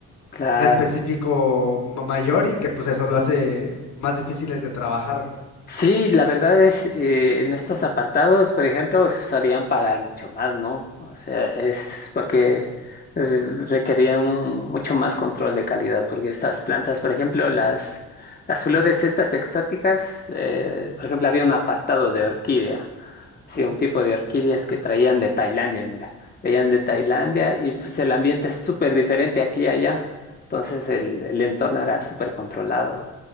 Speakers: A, on the left; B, on the left.
A: claro.
B: específico ma- mayor y que pues eso lo hace más difíciles de trabajar.
A: Sí, la verdad es, eh, en estos apartados, por ejemplo, solían pagar mucho más, ¿no? O sea, es porque eh, requerían un- mucho más control de calidad, porque estas plantas, por ejemplo, las, las flores estas exóticas, eh, por ejemplo, había un apartado de orquídea. Sí,
B: Mm.
A: un tipo de orquídeas que traían de Tailandia, mira. Traían de Tailandia y pues el ambiente es súper diferente aquí y allá. Entonces el, el entorno era súper controlado.